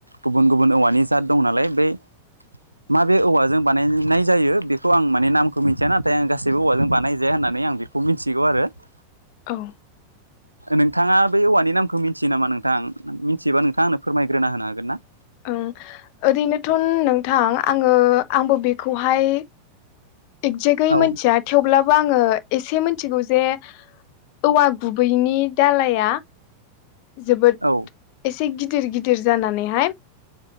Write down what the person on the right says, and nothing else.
गुबुन गुबुन औवानि जात दं नालाय बै । मााबे औवाजों बानायनाय जायो बेखौ आं माने नामखौ मिन्थिया नाथाय आं गासैबो औवाजों बानायजाया होनना नानै आं बेखौ मिथिगौ आरो ।
नोंथाङा बे औवानि नामखौ मिथियो नामा नोंथां? मिथियोबा नोंथाङा आंनो फोरमायग्रोना होनो हागोन ना?
औ
औ